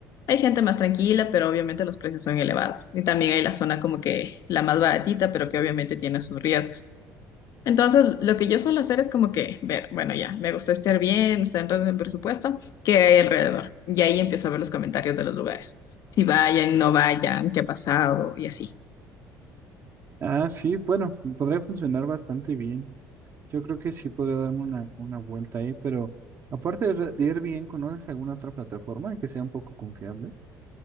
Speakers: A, on the left (about 55°); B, on the right (about 40°).
A: hay gente más tranquila, pero obviamente los precios son elevados. Y también hay la zona como que la más baratita, pero que obviamente tiene sus riesgos. Entonces, lo que yo suelo hacer es como que ver, bueno, ya, me gustó estar bien, está entrando en orden, presupuesto, ¿qué hay alrededor? Y ahí empiezo a ver los comentarios de los lugares. Si vayan, no vayan, qué ha pasado y así.
B: Ah, sí, bueno, podría funcionar bastante bien. Yo creo que sí podría darme una, una vuelta ahí, pero aparte de re- de Airbnb, ¿conoces alguna otra plataforma que sea un poco confiable?